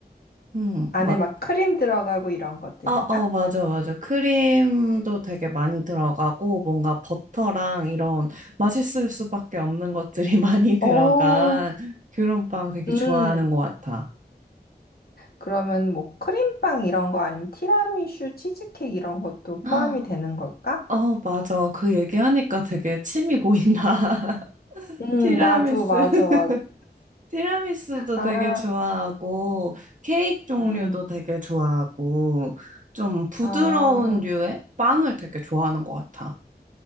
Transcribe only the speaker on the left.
안에
막 크림 들어가고 이런 것들인가?
오
음.
그러면 뭐 크림빵 이런 거 아니면 티라미슈, 치즈케이크 이런 것도
포함이
되는 걸까?
음,
나도 맞아,
맞아.
아,
음.
아,